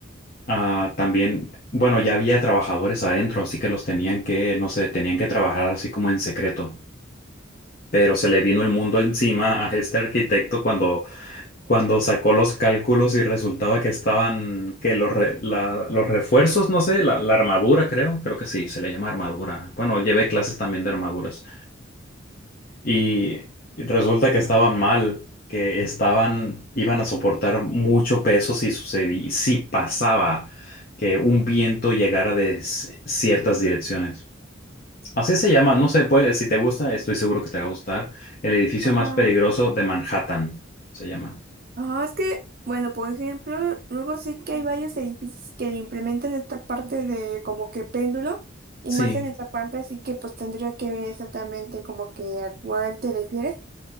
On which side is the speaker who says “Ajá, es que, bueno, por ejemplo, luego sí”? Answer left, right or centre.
Right